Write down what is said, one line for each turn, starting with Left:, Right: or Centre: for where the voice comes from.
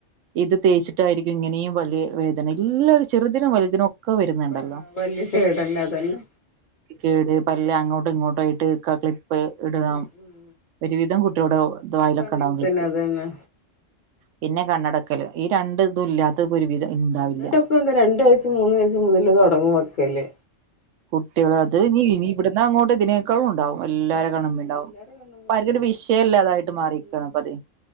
Right: ഇത് തേച്ച്‌ റ്റായിരിക്കും ഇങ്ങനേം വലിയ വേ തന്നെ എല്ലാ
Left: ഉം
Right: ചെറുദിനും വലുതിനു ഒക്കെ വരുന്നുണ്ടല്ലോ
Left: ആ വല്യ കേടന്നെ അതന്നെ
Right: കേട് പല്ല് അങ്ങോട്ടും ഇങ്ങോട്ടു ആയിട്ട് കാ ക്ലി പ്പ് ഇടണം
Left: ഉം ഉം
Right: ഒരുവിധം കുട്ടികളുടെ ദ
Left: ഒക്കെ
Right: വായിലൊക്കെ
Left: അങ്ങനെ
Right: ഇണ്ടാവും ക്ലിപ്പ്
Left: തന്നെ അതന്നെ
Right: പിന്നെ കണ്ണടക്കല് ഈ രണ്ട് ഇതും ഇല്ലാത്തത്
Left: <unintelligible>
Right: ഒരുവിധം ഉണ്ടാവില്ല
Left: രണ്ടു വയസ്സും മൂന്ന് വയസ് മുതല് തുടങ്ങും വക്കല്
Right: കുട്ടികളത് ഇനി ഇനി വ്‌ട്‌ന്നങ്ങോട്ട് തിനേക്കാളുണ്ടാവു എല്ലാരെ കണ്ണുമ്മെ ണ്ടാവു
Left: എല്ലാരും കണ്ണുമ്മ
Right: പല്ലൊരു
Left: തന്നെ
Right: വിഷയംമല്ലാതായിട്ട് മാറിയിക്കാണ്
Left: ഉം
Right: പതി